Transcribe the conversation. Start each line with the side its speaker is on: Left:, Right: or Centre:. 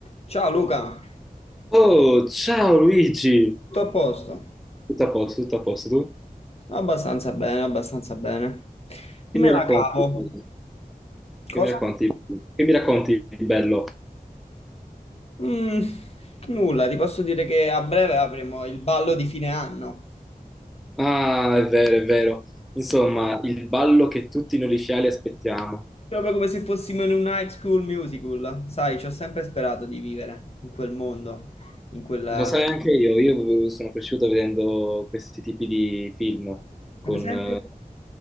Left: Ciao Luca,
Centre: Oh, ciao Luigi!
Left: tutto a posto?
Centre: Tutto a posto, tutto a posto, tu?
Left: Abbastanza bene, abbastanza bene.
Centre: Che
Left: Me
Centre: mi
Left: la
Centre: racconti?
Left: cavo.
Centre: Che
Left: Cosa?
Centre: mi racconti? Che mi racconti di bello?
Left: Mm, nulla, ti posso dire che a breve avremo il ballo di fine anno.
Centre: Ah, è vero, è vero. Insomma, il ballo che tutti noi liceali aspettiamo.
Left: Proprio come se fossimo in un high school musical. Sai, ci ho sempre sperato di vivere in quel mondo, in quella...
Centre: Lo sai anche io, io sono cresciuto vedendo questi tipi di film con...
Left: Ad esempio?
Centre: eh,